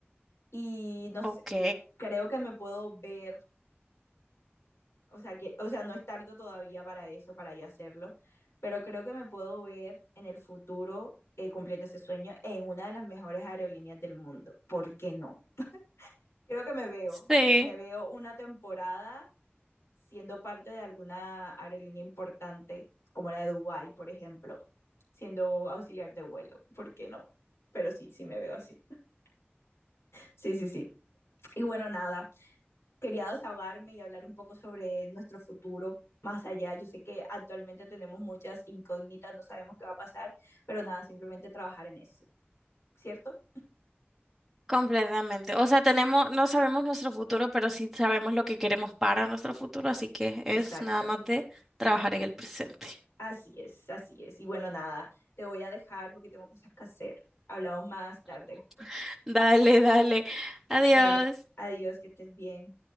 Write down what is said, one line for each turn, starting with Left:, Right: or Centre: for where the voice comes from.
Left: Y no sé,
Centre: Ok.
Left: creo que me puedo ver, o sea, que, o sea, no es tarde todavía para eso, para yo hacerlo, pero creo que me puedo ver en el futuro eh, cumpliendo ese sueño en una de las mejores aerolíneas del mundo. ¿Por qué no? Creo que me veo,
Centre: Sí,
Left: me veo una temporada siendo parte de alguna aerolínea importante, como la de Dubái, por ejemplo, siendo auxiliar de vuelo, ¿por qué no? Pero sí, sí me veo así. <laughs> Sí, sí, sí. Y bueno, nada, quería desahogarme y hablar un poco sobre nuestro futuro más allá. Yo sé que actualmente tenemos muchas incógnitas, no sabemos qué va a pasar, pero nada, simplemente trabajar en eso, ¿cierto?
Centre: completamente. O sea, tenemos, no sabemos nuestro futuro, pero sí sabemos lo que queremos para nuestro futuro, así que es
Left: Exacto.
Centre: nada más de trabajar en el presente.
Left: Así es, así es. Y bueno, nada, te voy a dejar porque tengo cosas que hacer. Hablamos más tarde.
Centre: <laughs> Dale, dale. Adiós.
Left: Dale, adiós, que estés bien.